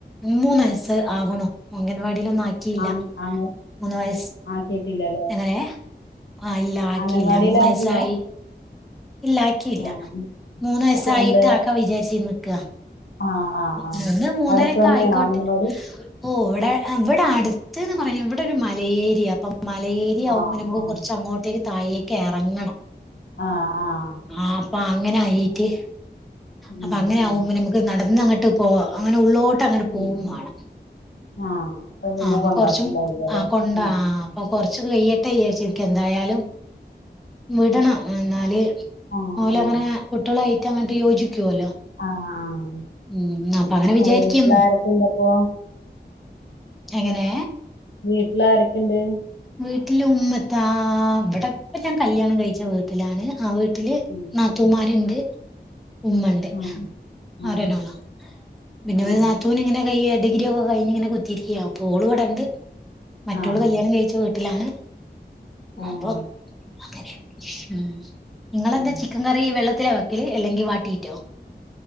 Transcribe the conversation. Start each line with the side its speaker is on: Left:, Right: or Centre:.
Centre: മൂന്നയസ് ആവണോ അംഗൻവാടിലൊന്നും ആക്കിയില്ല
Left: ആ അങ്ങ
Centre: മൂന്ന് വയസ്
Left: ആക്കിയിട്ടില്ലല്ലേ
Centre: എങ്ങനെ ആഹ ഇല്ല ആക്കിയില്ല
Left: അംഗൻവാടിൽ
Centre: മൂന്ന്
Left: ആക്കില്ല
Centre: വയസായി ഇല്ല ആക്കിയില്ല
Left: ആ
Centre: മൂന്ന് വയസായിട്ട്
Left: അപ്പൊ എന്താ
Centre: ആക്ക വിചാരിച്ച നിക്ക
Left: ആഹ് ആഹ് ആഹ്
Centre: ഞന്ന് മൂന്നരക്കെ
Left: അടുത്ത് തന്നെയാണോ
Centre: ആയിക്കോട്ടെ
Left: അംഗൻവാടി
Centre: ഓ ഇവിടെ ഇവിടെ അടു ത്ത്ന്ന് പറഞ്ഞ ഇവിടെ ഒരു മലേരിയ അപ്പം മലേരിയാവുമ്പോൾ
Left: ആഹ്
Centre: നമുക്ക്
Left: ആഹ്
Centre: കുറച്ച് അങ്ങോട്ടേ തായേക്ക് എറങ്ങണം
Left: ആഹ് ആഹ്
Centre: ആ അപ്പൊ അങ്ങനെ ആയിട്ട്
Left: ഉം
Centre: അപ്പൊ അങ്ങനെ
Left: ഉം
Centre: ആകുമ്പ നമുക്ക് നടന്നങ്ങോട്ട് പോ അങ്ങനെ ഉള്ളോട്ട് അങ്ങോട്ട് പോകും
Left: ഉം ഉം
Centre: വേണം
Left: ആഹ് പിന്നെ
Centre: ആ അപ്പൊ
Left: കൊണ്ടാക്കണ്ടാവില്ലല്ലേ
Centre: കൊറച്ചും ആ കൊണ്ടാ
Left: ഉം
Centre: അപ്പൊ കൊറ കൊറച്ച് കയ്യട്ടെ വിചാരിച്ചു എന്തായാലും വിടണം എന്നാല്
Left: ആഹ്
Centre: ഓല്
Left: ആഹ്
Centre: അങ്ങനെ കുട്ടികളായിട്ട് അങ്ങട്ട് യോജിക്ക ക്കൂലൊ.
Left: ആഹ് ആഹ്
Centre: ഉം. അപ്പങ്ങനെ വിചാരിക്കുന്നു.
Left: അത് വീട്ടിലാരൊക്കെണ്ടപ്പൊ
Centre: എങ്ങനെ
Left: വീട്ടിലാരൊക്കെ ഇണ്ട്
Centre: വീട്ടില് ഉുമത്ത ഇവിടെപ്പ ഞാൻ കല്യാണം കഴിച്ച വീട്ടിലാണ് ആ വീ ല്
Left: ഉം
Centre: നാത്തൂൻമാര് ഉണ്ട് ഉമ്മണ്ട്
Left: ആഹ് ആഹ്
Centre: ഒരാളെ ഉള്ളു പിന്നെ
Left: ആഹ്
Centre: ഒരു നാത്തൂന് ഇങ്ങനെ കൈ ഡിഗ്രിയൊക്കെ കഴിഞ്ഞ് ഇങ്ങനെ കുത്തിരിക്ക പ്പോള് ഇവിടെണ്ട് മറ്റുള്ളോ
Left: ആഹ്
Centre: കല്യാ ണം കഴിച്ച് വീട്ടിലാണ്
Left: ആഹ്
Centre: അപ്പം അങ്ങനെ ഉം നിങ്ങളെന്താ
Left: ഉം
Centre: ചിക്കൻ കറി വെള്ളത്തിലാ വെക്കല് അല്ലെങ്കി വാട്ടീറ്റോ